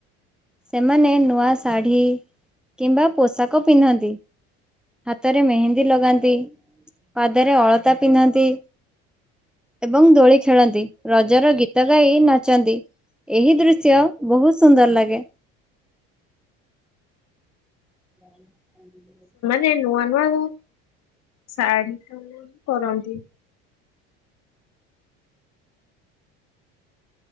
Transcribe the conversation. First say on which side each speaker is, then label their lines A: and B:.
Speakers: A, in the centre; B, on the left.
A: ସେମାନେ ନୂଆ ଶାଢ଼ୀ କିମ୍ବା ପୋଷାକ ପିନ୍ଧନ୍ତି। ହାତରେ ମେହେନ୍ଦୀ ଲଗାନ୍ତି, ପାଦରେ ଅଳତା ପିନ୍ଧନ୍ତି। ଏବଂ ଦୋଳି ଖେଳନ୍ତି, ରଜର ଗୀତ ଗାଇ ନାଚନ୍ତି। ଏହି ଦୃଶ୍ୟ ବହୁତ୍ ସୁନ୍ଦର ଲାଗେ। <inaudible>
B: ସେ ନୂଆ ନୂଆ ହଉ ଶାଢ଼ୀ କରନ୍ତି।